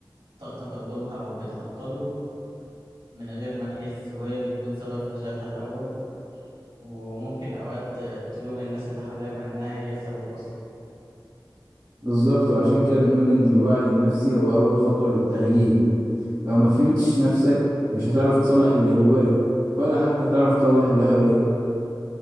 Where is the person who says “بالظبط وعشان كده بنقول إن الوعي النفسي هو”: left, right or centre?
Right